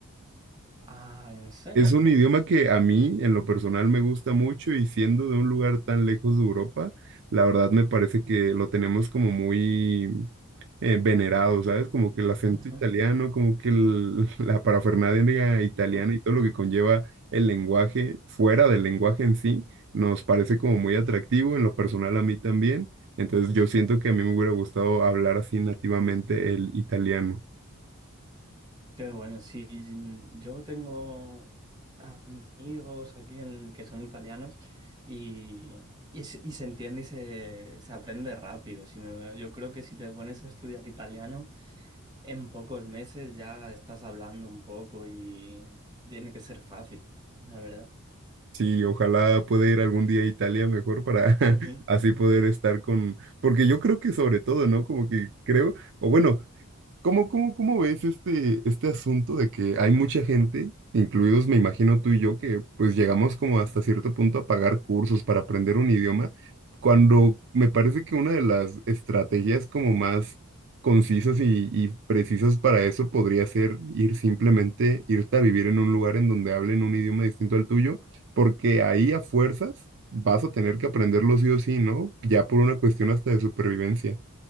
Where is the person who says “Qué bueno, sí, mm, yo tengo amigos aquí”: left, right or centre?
Right